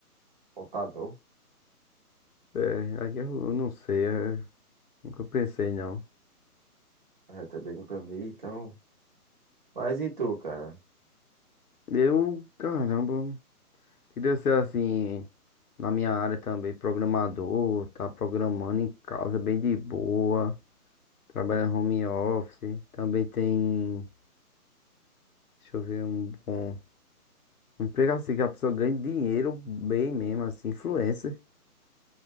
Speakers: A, on the right (about 30°); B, on the left (about 70°).
A: Contador.
B: É, aqui eu eu não sei, é, nunca pensei não.
A: É, também nunca vi, então. Mas e tu, cara?
B: Eu, caramba. Que deu ser assim, na minha área também, programador, tá programando em casa bem de boa, trabalha home office, também tem, deixa eu ver, um bom um emprego assim que a pessoa ganha dinheiro bem mesmo, assim, influencer,